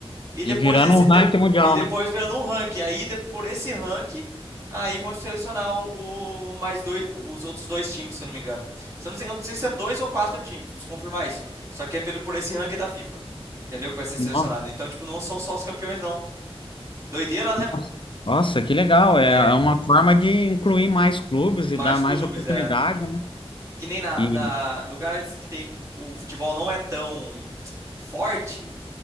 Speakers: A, on the right; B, on the left.
A: e depois
B: E virando
A: esse
B: um ranking
A: de-
B: mundial,
A: e depois
B: né?
A: virando um ranking. Aí de- por esse ranking aí vão selecionar o, o mais dois, os outros dois times, se eu não me engano. Se eu não sei, eu não sei se é dois ou quatro times, preciso confirmar isso. Só que é pelo por esse ranking da FIFA. Entendeu? Que vai ser selecionado.
B: Nossa,
A: Então, tipo, não são só os campeões, não. Doideira, né?
B: nossa, Nossa, que legal. É,
A: É,
B: é uma forma de incluir mais clubes
A: mais
B: e dar mais
A: clubes,
B: oportunidade,
A: é.
B: né?
A: que nem na,
B: E
A: na lugares que tem o futebol não é tão forte,